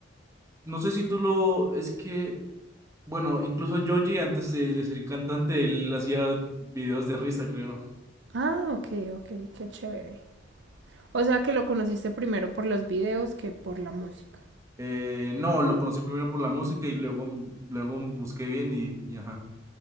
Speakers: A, on the right (about 15°); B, on the right (about 65°).
A: No sé si tú lo, es que, bueno, incluso Joji antes de, de ser cantante, él hacía videos de risa, creo.
B: Ah, ok, ok, qué chévere. O sea que lo conociste primero por los videos que por la música.
A: Eh, no, lo conocí primero por la música y luego, luego busqué bien y, y ajá.